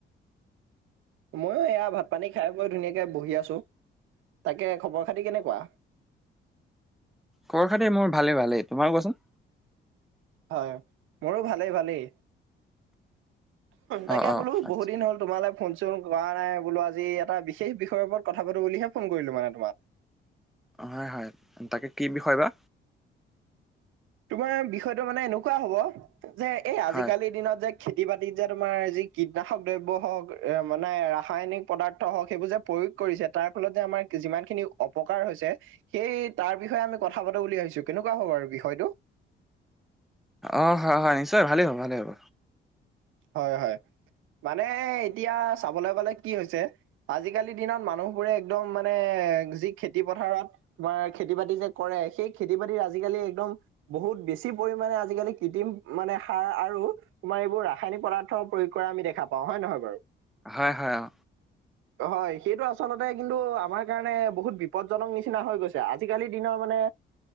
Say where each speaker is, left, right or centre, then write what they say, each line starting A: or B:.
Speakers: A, on the right; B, in the centre.
A: ময়ো এয়া ভাত পানী খাই গৈ ধুনীয়াকৈ বহি আছো। তাকে খবৰ খাতি কেনেকুৱা?
B: খৰ খাতে মোৰ ভালেই - ভালেই। তোমাৰ কোৱাচোন?
A: হয় মোৰো ভালেই - ভালেই তাকে
B: অ অ
A: বোলো
B: আচ্ছা
A: বহুত দিন হ'ল। তোমালে ফোন চোন কৰা নাই বোলো আজি এটা বিশেষ বিষয়ৰ ওপৰত কথা পাতো বুলিহে ফোন কৰিলো মানে তোমাক।
B: অ, হয়-হয় তাকে কি বিষয় বা?
A: তোমাৰ বিষয়টো মানে এনেকুৱা হব যে এই আজিকালিৰ
B: হয়
A: দিনত যে খেতি বাতিত যে তোমাৰ যি কীটনাশক দ্ৰব্য হওক মানে ৰাসায়নিক পদাৰ্থ হওক সেইবোৰ যে প্ৰয়োগ কৰিছে তাৰ ফলত যে আমাৰ যিমান খিনি অপকাৰ হৈছে সেই তাৰ বিষয়ে আমি কথা পাতো বুলি ভাবিছো কেনেকুৱা হ'ব আৰু বিষয়টো।
B: অ, হয় - হয় নিশ্চয় ভালেই হ'ব ভালেই হ'ব।
A: হয় - হয় মানে এতিয়া চাবলৈ গলে কি হৈছে। আজিকালিৰ দিনত মানুহবোৰে একদম মানে যি খেতি পথাৰত তোমাৰ খেতি বাতি যে কৰে সেই খেতি বাতিৰ আজিকালি একদম বহুত বেছি পৰিমানে আজিকালি কৃত্ৰিম মানে সাৰ আৰু তোমাৰ এইবোৰ ৰা ৰাসায়নিক পদাৰ্থ প্ৰয়োগ কৰা আমি দেখা পাও হয় নহয় বাৰু
B: হয় - হয় অ,
A: হয় সেইটো আচলতে কিন্তু আমাৰ কাৰণে বহুত বিপদজনক নিচিনা হৈ গৈছে আ আজিকালি দিনৰ মানে